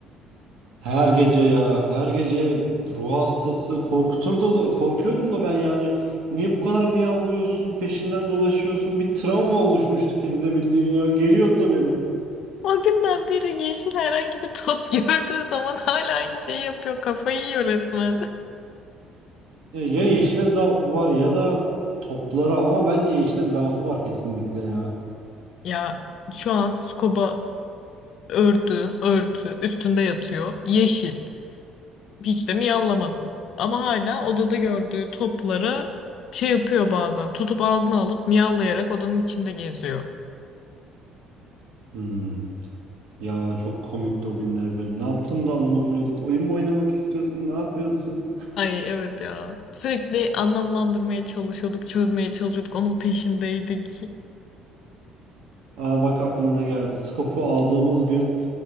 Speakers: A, on the right (about 75°); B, on the left (about 50°).
A: Her gece ya, her gece ruh hastası korkuturdu da korkuyordum da ben yani niye bu kadar miyavlıyorsun, peşinden dolaşıyorsun? Bir travma oluşmuştu kedide bildiğin ya, geriyordu beni.
B: O günden beri yeşil herhangi bir top <laughs> gördüğü zaman hala aynı şeyi yapıyor. Kafayı yiyor resmen.
A: Ya, ya yeşile zaafı var ya da toplara ama bence yeşile zaafı var kesinlikle ya.
B: Ya şu an Scoba ördüğüm örtü üstünde yatıyor. Yeşil. Hiç de miyavlamadı. Ama hala odada gördüğü topları şey yapıyor bazen. Tutup ağzına alıp miyavlayarak odanın içinde geziyor.
A: Hmm. Ya çok komikti o günler böyle. Ne yaptığını da anlamıyorduk. Oyun mu oynamak istiyorsun? Ne yapıyorsun?
B: Ay evet ya. Sürekli anlamlandırmaya çalışıyorduk, çözmeye çalışıyorduk. Onun peşindeydik.
A: Aa bak aklıma ne geldi. Skop'u aldığımız gün